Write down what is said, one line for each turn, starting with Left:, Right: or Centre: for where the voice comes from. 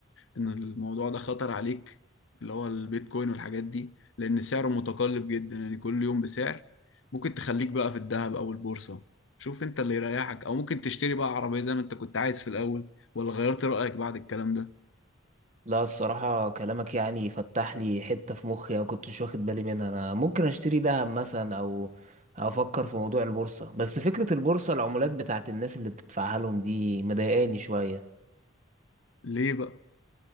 Left: ان الموضوع ده خطر عليك اللي هو البيتكوين والحاجات دي لان سعره متقلب جدا يعني كل يوم بسعر ممكن تخليك بقى في الذهب او البورصة شوف انت اللي يريحك او ممكن تشتري بقى عربية زي ما انت كنت عايز في الاول ولا غيرت رأيك بعد الكلام ده
Right: لا الصراحة كلامك يعني فتح لي حتة في مخي أو كنتش واخد بالي منها أنا ممكن أشتري دهب مثلا أو أو أفكر في موضوع البورصة بس فكرة البورصة العمولات بتاعت الناس اللي بتدفعها لهم دي مضايقاني شوية
Left: ليه بقى